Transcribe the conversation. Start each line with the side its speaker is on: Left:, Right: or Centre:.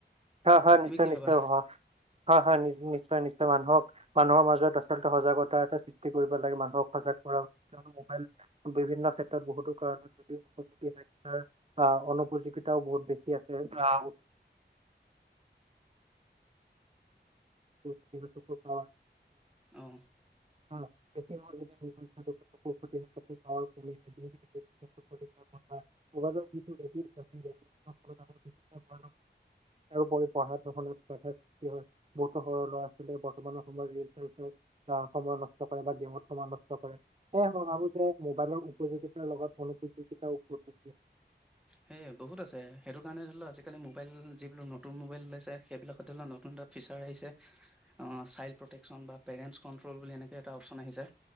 Right: হা হা নিশ্চয়
Centre: তুমি কি
Right: নিশ্চয়
Centre: ভাবা
Right: হা নিশ্চয় নিশ্চয় মানুহক মানুহৰ মাজত আচলতে সজাগতা এটা সৃষ্টি কৰিব লাগে মানুহক সজাগ কৰা উচিত কিয়নো মোবাইল বিভিন্ন ক্ষেত্ৰত বহুতো কাৰণত যদিও উপযোগী শাৰ আহ অনুপযোগীিতাও বহুত বেছি আছে আহ। <inaudible> ক হয় <unintelligible>
Centre: আহ
Right: বে পঢ়া শুনাত বাধাৰ সৃষ্টি হয় বহুতো সৰু ল'ৰা ছোৱালীয়ে বৰ্তমানৰ সময়ত ৰিল চ চাই আহ সময় নষ্ট কৰে বা গেমত সময় নষ্ট কৰে সেয়ে মই ভাবো যে মোবাইলৰ উপযোগিতাৰ লগত মোপযোগিতাৰ উপযোগী।
Centre: সেয় বহুত আছে সেইটো কাৰণে ধৰি লওক আজিকালি মোবাইল যিবিলোৰ নতুন মোবাইল ওলাইছে সেইবিলাকত ধৰি লওক নতুন এটা ফিচাৰ আহিছে চাইল্ড প্ৰটেকশচন বা পেৰেণ্টছ কণ্ট্ৰল বুলি এনেকৈ এটা অপশচন আহিছে